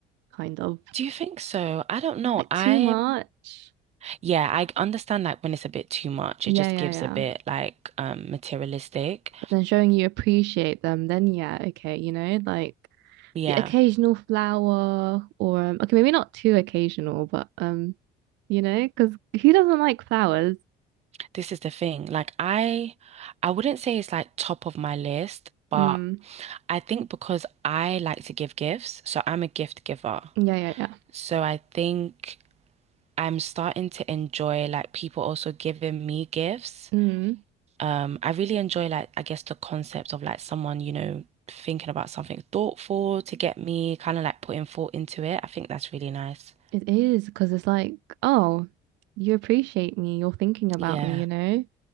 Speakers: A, on the right; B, on the right.
A: kind of,
B: Do you think so? I don't know.
A: like
B: I,
A: too much.
B: yeah, I understand like when it's a bit too much,
A: Yeah,
B: it just
A: yeah,
B: gives
A: yeah.
B: a bit like um materialistic.
A: But then showing you appreciate them, then yeah, okay, you know, like
B: Yeah.
A: the occasional flower, or um, okay, maybe not too occasional, but um, you know, because who doesn't like flowers?
B: This is the thing. Like I I wouldn't say it's like top of my list, but
A: Mm,
B: I think because I like to give gifts, so I'm a gift giver.
A: yeah, yeah, yeah.
B: So I think I'm starting to enjoy like people also giving me gifts.
A: Mm,
B: Um, I really enjoy like I guess the concept of like someone, you know, thinking about something thoughtful to get me, kind of like putting thought into it. I think that's really nice.
A: it is because it's like, oh, you appreciate me, you're thinking about
B: Yeah.
A: me, you know.